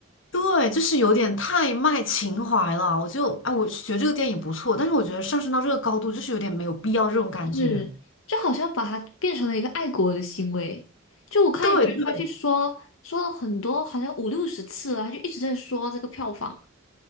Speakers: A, on the left; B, on the left.
A: 对，就是有点太卖情怀了。我就啊，我觉得这个电影不错，但是我觉得上升到这个高度，就是有点没有必要这种感觉。
B: 是就好像把它变成了一个爱国的行为。就我看一个人他去说说了很多，
A: 对对，
B: 好像五六十次了，他就一直在说这个票房。